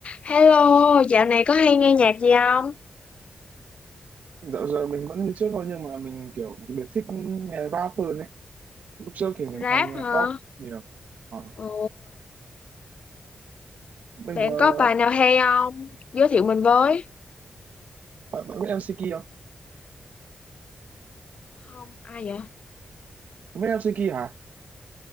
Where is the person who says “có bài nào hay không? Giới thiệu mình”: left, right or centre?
Left